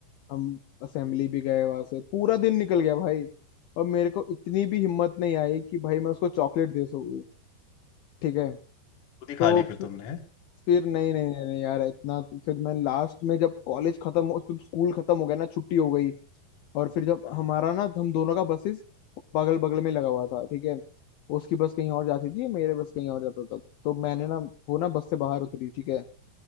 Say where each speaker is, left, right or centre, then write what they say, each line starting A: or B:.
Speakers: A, on the left; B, on the left.
A: हम असेंबली भी गए वहां से पूरा दिन निकल गया भाई और मेरे को इतनी भी हिम्मत नहीं आई कि भाई मैं उसको चॉकलेट दे सकूं ठीक है
B: खुद ही खा
A: तो
B: ली फिर
A: फि-
B: तुमने हैं?
A: फिर नहीं नहीं नहीं, नहीं यार इतना तो फिर मैं लास्ट में जब कॉलेज खत्म हो जब स्कूल खत्म हो गया ना छुट्टी हो गई और फिर जब
B: हाँ,
A: हमारा ना हम दोनों का बसेस बगल बगल में लगा हुआ था ठीक है उसकी बस कहीं और जाती थी मेरे बस कहीं और जाता था तो मैंने ना वो ना बस से बाहर उतरी ठीक है